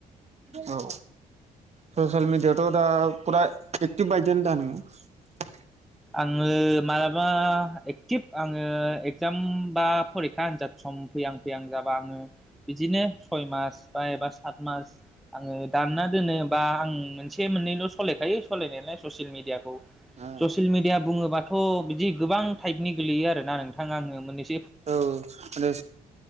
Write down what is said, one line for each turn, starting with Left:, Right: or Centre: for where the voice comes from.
Right: औ ससेल मिदिया थ' दा फुरा एकटिभ बायदियानो दा नोङो?
Centre: आङो मालाबा एक्टिभ आङो एक्जाम बा फरिखा आनजाद सम फैहां फैयां जाबा आङो बिदिनो सय मास बा एबा सात मास आङो दानना दोनोबा आं मोनसे से मोननैल' सलायखायो सलायनायालाय ससियेल मिडियाखौ।
Right: आ
Centre: ससियेल मिडिया बुङोबाथ' बिदि गोबां थाइब नि गोलैयो आरो ना नोंथां आङो मोननै
Right: औ <unintelligible>